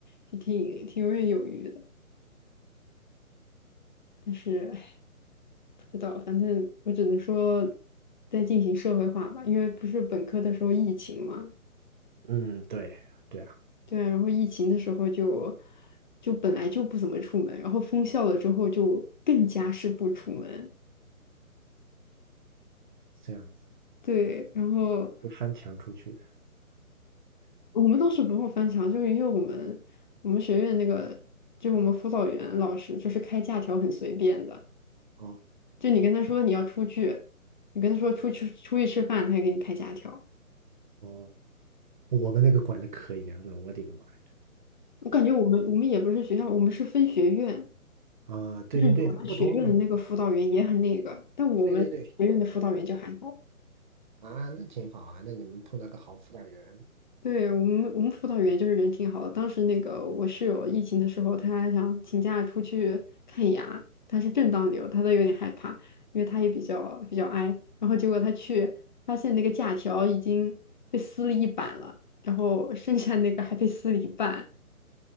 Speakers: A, on the left; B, on the right.
A: 就挺挺游刃有余的，但是唉，不知道，反正我只能说在进行社会化吧，因为不是本科的时候疫情嘛，
B: 嗯，对对啊，
A: 对啊，然后疫情的时候就就本来就不怎么出门，然后封校了之后就更加是不出门，
B: 这样子
A: 对，然后
B: 我翻墙出去的。
A: 我们倒是不用翻墙，就是因为我们我们学院那个就我们辅导员老师就是开假条很随便的。
B: 哦
A: 就你跟他说你要出去，你跟他说出去出去吃饭，他也给你开假条。
B: 哦，我们那个管的可严了，我的个妈呀！
A: 我感觉我们我们也不是学校，我们是分学院，
B: 啊，对对对，
A: 就是有的学院的那个辅导员也很那个，
B: 他不同，
A: 但我们学院的辅导员就还好。
B: 对对对，啊，那挺好啊，那你们碰到个好辅导员，
A: 对，我们我们辅导员就是人挺好的。当时那个我室友疫情的时候，他想请假出去看牙，他是正当理由，他都有点害怕，因为他也比较比较 i。然后结果他去发现那个假条已经被撕了一半了，然后剩下那个还被撕了一半。